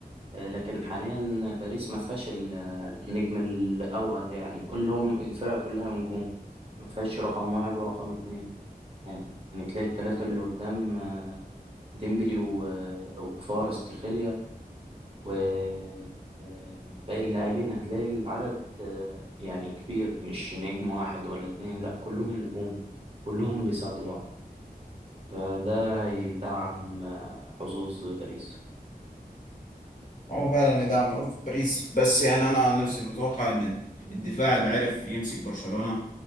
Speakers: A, on the right; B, on the left.
A: آه، لكن حاليا باريس ما فيهاش ال- آه، النجم الأول يعني كلهم الفرقة كلها نجوم ما فيهاش رقم واحد ورقم اتنين يعني تلاقي التلاتة اللي قدام آه، ديمبلي و- آه، وكفارة استخيليا وباقي اللاعبين هتلاقي العدد آه، يعني كبير مش نجم واحد ولا اتنين لأ كلهم نجوم كلهم بيساعدوا بعض فده هيدعم آه، حظوظ باريس
B: هو فعلا ده من عذر باريس بس يعني انا عن نفسي متوقع ان الدفاع اللي عرف يمسك برشلونه